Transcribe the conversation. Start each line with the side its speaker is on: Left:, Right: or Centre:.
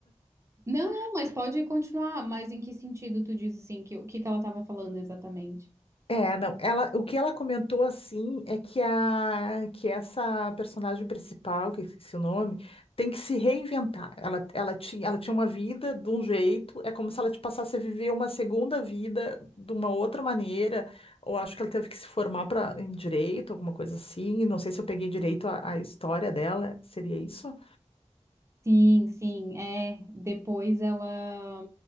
Right: Não, não, mas pode continuar, mas em que sentido tu diz assim, que, o que que ela estava falando exatamente?
Left: É, não, ela, o que ela comentou assim é que a que essa personagem principal, que eu esqueci o nome, tem que se reinventar. Ela, ela tinha, ela tinha uma vida de um jeito, é como se ela te passasse a viver uma segunda vida de uma outra maneira, ou acho que ela teve que se formar para em direito, alguma coisa assim. Não sei se eu peguei direito a, a história dela, seria isso?
Right: Sim, sim, é. Depois ela,